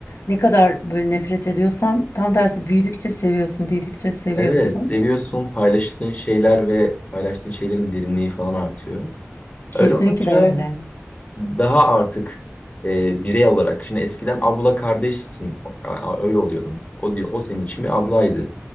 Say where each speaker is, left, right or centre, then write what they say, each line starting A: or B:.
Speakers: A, on the left (about 70°); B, on the left (about 35°).
A: ne kadar böyle nefret ediyorsan tam tersi büyüdükçe seviyorsun, büyüdükçe seviyorsun.
B: evet seviyorsun paylaştığın şeyler ve paylaştığın şeylerin derinliği falan artıyor.
A: Kesinlikle
B: Öyle olunca
A: öyle.
B: daha artık e, birey olarak şimdi eskiden abla kardeşsin A- a- öyle oluyordum. O diyor o senin için bir ablaydı.